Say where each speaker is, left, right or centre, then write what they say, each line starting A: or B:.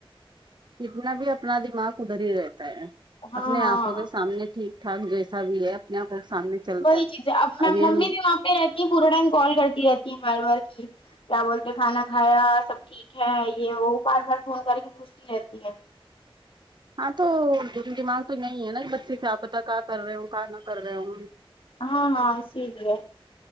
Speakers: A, on the right (about 50°); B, on the left (about 65°).
A: جتنا بھی اپنا دماغ ادھر ہی رہتا ہے
B: ہاں
A: اپنی
B: ہاں
A: آنکھوں کے سامنے ٹھیک ٹانگ جیسا بھی ہے اپنے آپ کو سامنے
B: وہی چیز ہے اب میں
A: ابھی
B: ممی
A: ہم
B: بھی وہاں پہ رہتی ہے پورا ٹائم کال کرتی رہتی ہے بار بار کہ کیا بولتے کھانا کھایا سب ٹھیک ہے یہ وہ بار بار فون کر کے پوچھتی رہتی ہے
A: ہاں تو دل دماغ تو یہی ہے نا کہ بچے کیا پتا کیا کر رہے ہو کیا نہ کر رہے ہو
B: ہاں ہاں س ی لی ہے